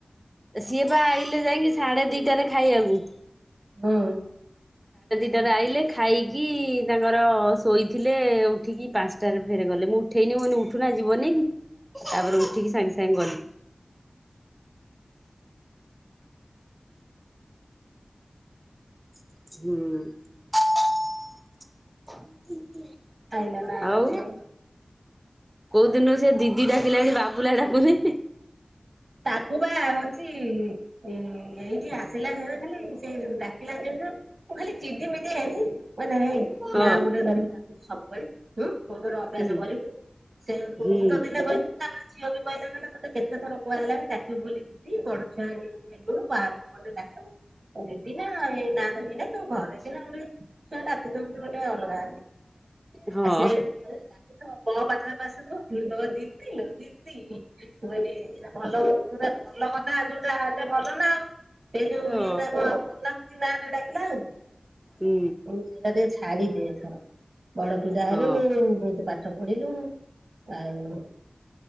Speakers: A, on the right (about 20°); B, on the right (about 85°).
A: ସିଏ ବା ଆଇଲେ ଯାଇକି ସାଢେ ଦିଟାରେ ଖାଇବାକୁ।
B: ହୁଁ।
A: ରେ ଆଇଲେ ଖାଇକି ତାଙ୍କର ଶୋଇଥିଲେ। ଉଠିକି ପାଞ୍ଚଟାରେ ଫେରେ ଗଲେ ମୁଁ ଉଠେଇନି। ମନ ଉଠୁନା ଯିବନି କି? ତାପରେ ଉଠିକି ସାଙ୍ଗେ ସାଙ୍ଗେ ଗଲେ। ହୁଁ।
B: ଆଇଲା ତାଣ
A: ଆଉ
B: ଯ
A: କୋଉ ଦିନୁ ସେ ଦିଦି ଡାକିଲାଣି ବାବୁଲା ଡାକୁନି।
B: ତାକୁ ବା ହଉଛି- ଏ ଏଇଠି ଆସିଲା ବେଳେ ସେ ଖାଲି ସେଇ ଡାକିଲା ଦିନୁଠୁ ମୁଁ ଖାଲି ଚିଡି ମିଡି ହେଲି। କ ନାଁ
A: ହଁ।
B: ଗୋଟେ ଧରିକି ଡାକୁଚୁ ସବୁବେଳେ ଅଭ୍ୟାସ
A: ହୁଁ
B: କରିବୁ। ସେଟ
A: ହୁଁ
B: ଦିନେ କହିଛନ୍ତି ତାପ ଝିଅ ବି କହିଲା କହିଲା ତତେ କେତେ ଥର କୁହା ହେଲାଣି ଡାକିବୁ ବୋଲି ଦିଦି ବଡ ଛୁଆ ହେଲୁଣୁ। ବାହାରକୁ ଗଲେ ଡାକିବୁ। ଦିଦି ନା ଏ ନା ଧରିକି ଡାକିବୁ। ଘରେ ସିନା ଗୋଟେ ଛୁଆ ଡାକୁଛନ୍ତି ଗୋଟେ ଅଲଗା।
A: ହଁ
B: ଆ ସେ ଡାକୁଥିବ। ପାଖରେ ପାସୁଥ ପୁଣିଥବ ଦିଦି ଦିଦି। ଦିଦି ମୁଁ କହିଲି ଭଲ ଯୋଉଟା ଭଲ କଥା ଯୋଉଟା ହେଲେ ଭଲ ନା ଆଉ। ସେଇ ଯୋଉ
A: ହଁ
B: ଇଏଟା ଭଲ ଲାଗୁଛି ନାଁଟା ଡାକିଲା ଆଳୁକୁ।
A: ହୁଁ
B: ମୁଁ ସେଇଟା ଟିକେ ଛାଡି ଦେ ଏଥର। ବଡ ପିଲା
A: ହଁ।
B: ହେଲୁଣୁ। ବହୁତ ପାଠ ପାଠ ପଢିଲୁ ଆଉ।